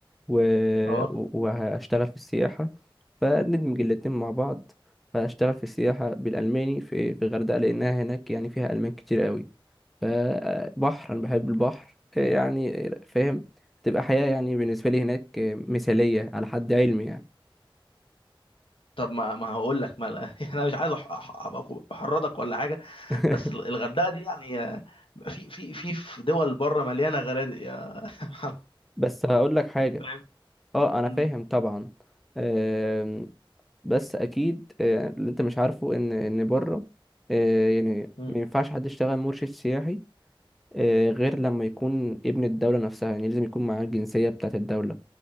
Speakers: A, in the centre; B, on the left.
A: و...
B: اه
A: و- وهشتغل في السياحه فندمج الاتنين مع بعض فاشتغل في السياحه بالالماني في في الغردقه لانها هناك يعني فيها المان كتير قوي فبحر انا بحب البحر يعني فاهم تبقى حياة يعني بالنسبة لي هناك مثالية على حد علمي يعني
B: طب ما ما هقول لك ما <laughs> يعني انا مش عايز أح- أح- أبقى احرضك ولا حاجه
A: <laughs>
B: بس الغردقه دي يعني في في في في دول بره مليانه غنادق يا <laughs> محمد
A: بس هقول لك حاجة
B: فاهم
A: اه انا
B: مم.
A: فاهم طبعا آم، بس اكيد آه، اللي انت مش عارفه ان ان بره آه، يعني
B: مم.
A: ما ينفعش حد يشتغل مرشد سياحي آه، غير لما يكون ابن الدولة نفسها يعني لازم يكون معاه الجنسية بتاعت الدولة